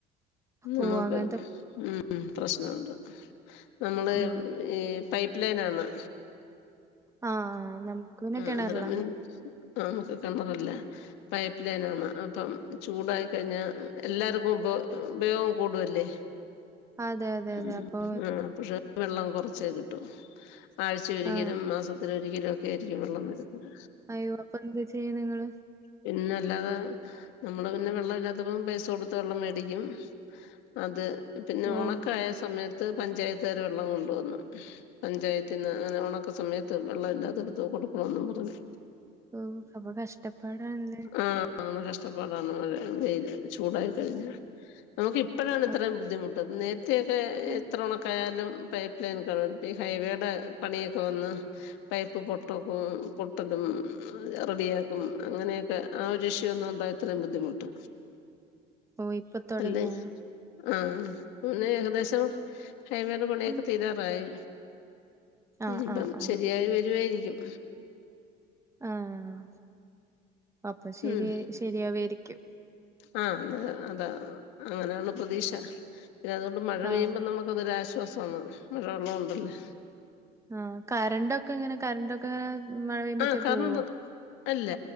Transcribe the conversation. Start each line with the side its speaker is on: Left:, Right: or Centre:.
Left: നമുക്ക്
Right: ഓഹ്! അങ്ങനത്തെ
Left: ഉം പ്രശ്ന ഉണ്ട്. നമ്മള്
Right: പ്രശ്നമാണ്.
Left: ഈ പൈപ്പ്ലൈനാന്ന്.
Right: ആ, ആ. നമുക്ക് പിന്നെ
Left: ആഹ്
Right: കിണറിലാ.
Left: അന്നേരം പി ആഹ് നമുക്ക് കെണറില്ല. പൈപ്പ് ലൈനാണ് അപ്പം ചൂടായി കഴിഞ്ഞാ എല്ലാര്ക്കും ഉപ ഉപയോഗം കൂടുവല്ലേ.
Right: അതെ, അതെ,
Left: ഉം
Right: അതെ. അപ്പൊ
Left: ഉം ആഹ് പഷെ വെള്ളം കൊറച്ചേ കിട്ടൂ ആഴ്ചയൊരിക്കലും
Right: ആ.
Left: മാസ ത്തിലൊരിക്കലോ ഒക്കെയായിരിക്കും വെള്ളം വെരുന്നത്.
Right: അയ്യോ അപ്പെന്താ ചെയ്യ്ണെ ഇങ്ങള്?
Left: പിന്നെ അല്ലാതെ നമ്മള് പിന്നെ വെള്ളം ഇല്ലാത്തപ്പം പൈസ കൊടുത്ത് വെള്ളം മേടിക്കും. അത്. പിന്നെ
Right: ഓഹ്!
Left: ഒണക്കായസമയത്ത് പഞ്ചായത്താര് വെള്ളം കൊണ്ടുവന്നു. പഞ്ചായത്തിന്ന് അങ്ങനെ ഒണക്ക സമയത്ത് വെള്ളമില്ലാത്തടുത്ത് കൊടുക്കണോന്നും പറഞ്ഞ്
Right: ഓഹ് അപ്പൊ കഷ്ടപ്പാടാണ് ല്ലേ.
Left: ആഹ് കഷ്ടപ്പാടാണ് മഴ വെയില് ചൂടായി കഴിഞ്ഞാ. നമുക്ക് ഇപ്പഴാണ് ഇത്രയും
Right: ആ.
Left: ബുദ്ധിമുട്ട് നേരത്തെയൊക്കെ
Right: മ്മ്.
Left: എത്ര ഒണക്കായാലും പൈപ്പ് ലൈൻക്കെ <unintelligible> ഈ ഹൈവേടെ പണിയൊക്കെ വന്ന് പൈപ്പ് പൊട്ടക്കും പൊട്ടലും ഉം റെഡിയാ ഉം അങ്ങനെയൊക്കെ. ആ ഒരു ഇഷ്യു വന്നൊണ്ടാ ഇത്രയും ബുദ്ധിമുട്ട്.
Right: ഓഹ് ഇപ്പൊ തൊടങ്ങിയാണോ?
Left: അല്ലേ ആഹ് ന്നെ ഏകദേശം ഹൈവേടെ പണിയൊക്കെ
Right: മ്മ്.
Left: തീരാറായി.
Right: ആ,
Left: ഇന്ത്പ്പം
Right: ആ, ആ.
Left: ശരിയായി വെരുവായിരിക്കും.
Right: ആഹ് അപ്പ ശെരിയാ
Left: ഉം
Right: ശെരിയാവേരിക്കും
Left: ആഹ് ണ് അതാ അങ്ങനെയാണ് പ്രതീക്ഷ. പിന്നതുകൊണ്ട് മഴ പെയ്യുമ്പം
Right: ആ.
Left: നമ ക്കതൊരാശ്വാസാണ് നല്ലവെള്ളമുണ്ടല്ലാ.
Right: ആഹ് കരണ്ടൊക്കെ എങ്ങനെ കരന്റൊക്കെ മഴ പെയ്യുമ്പത്തേ
Left: ആഹ് കറണ്ട്
Right: പോവോ?
Left: അല്ല